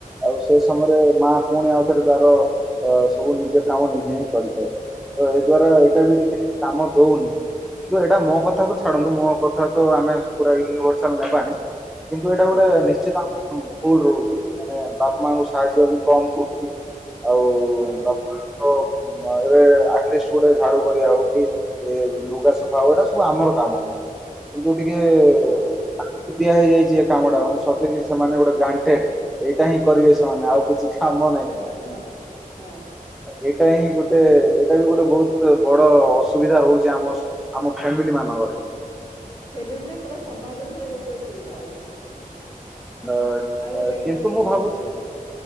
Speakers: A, in the centre; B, on the left.
A: ଆଉ। ସେ ସମୟରେ, ମା ପୁଣି ଆଉଥରେ ତାର, ଅ ସବୁ ନିଜ କାମ ନିଜେ ହିଁ କରିଥାଏ। ତ ଏ ଦ୍ଵାରା ଏଇଟା
B: ହଁ
A: ବି ଟିକେ କାମ ଦଉନି। କିନ୍ତୁ ଏଇଟା ମୋ କଥା ତ ଛାଡନ୍ତୁ, ମୋ କଥା। ଥା ତ ଆମେ ପୁରା ୟୁନିଭର୍ସ। ଚଲା ପାଣି। କିନ୍ତୁ ଏଇଟା
B: ହଁ
A: ଗୋଟେ ନିଶ୍ଚିତ। ହ ଭୁଲ ରହୁଛି, ମାନେ ବାପା, ମାଙ୍କଙ୍କୁ ସାହାଯ୍ୟ ବି କମ କରୁଛୁ। ଆଉ
B: ହଁ
A: ବାପା ମା। ଓ ଏବେ ଆଟଲିଷ୍ଟ ଗୋଟେ ଝାଡୁ କରିବା ହଉ କି ଲୁଗା ସଫା <unintelligible> ସବୁ ଆମର କାମ। ଏବଂ। ଟିକେ ଏ
B: ହଁ
A: ଦିଆ ହେଇଯାଇଛି ଏ କାମ ଟା ସତେକି ସେମାନେ ଗୋଟେ ଗ୍ରଣ୍ଟେଡ ଏଇଟାିଁ କରିବେ ସେମାନେ ଆଉ କିଛି କାମ ନାହିଁ
B: ସେମାନେ ହଁ ହଁ।
A: ଏଇଟା ହିଁ ଗୋଟେ ଏଇଟା ବି ଗୋଟେ ବହୁତ ବଡ ଅସୁବିଧା ରହୁଛି ଆମ ଆମ ଫ୍ୟାମିଲି ମାନଙ୍କରେ।
B: ଫେମିଲି ନାଇଁ ପୁରା ସମାଜରେ ସେ ଗୋଟେ ଅସୁବିଧା ଅଛି।
A: ଅ,
B: ଆଉ ଗୋଟେ
A: ଅ,
B: ଏକ୍ଜାମ୍ପଲ୍
A: କିନ୍ତୁ ମୁଁ
B: ଦେବି
A: ଭାବୁଛି
B: ଦେଖ